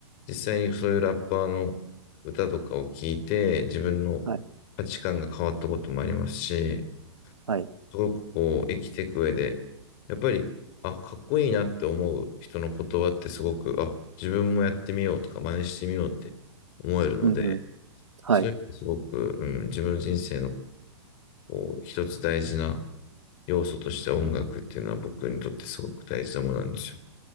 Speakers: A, on the left; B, on the right.
A: 実際にそういうラッパーの歌とかを聞いて、自分の価値観が変わったこともありますし、
B: はい。はい。
A: すごくこう、生きていく上で、やっぱり、あ、かっこいいなって思う人の言葉ってすごく、あ、自分もやってみようとか、真似してみようって思えるので、
B: うん、うん。はい。
A: そういう意味ですごく、うん、自分の人生のこう一つ大事な要素として音楽っていうのは僕にとってすごく大事なものなんですよ。